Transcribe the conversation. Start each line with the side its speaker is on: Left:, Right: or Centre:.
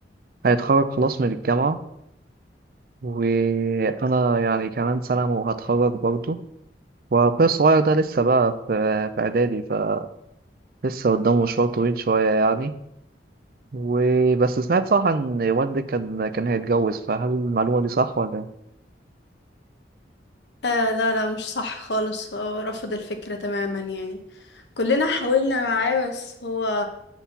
Right: هيتخرج خلاص من الجامعة وأنا يعني كمان سنة وهتخرج برضه وأخويا الصغير ده لسه بقى في في إعدادي فلسه قدامه مشوار طويل شوية يعني وبس سمعت صح إن والدي كان كان هيتجوز فهل المعلومة دي صح ولا
Left: آه لا لا مش صح خالص هو رفض الفكرة تماما يعني كلنا حاولنا معاه بس هو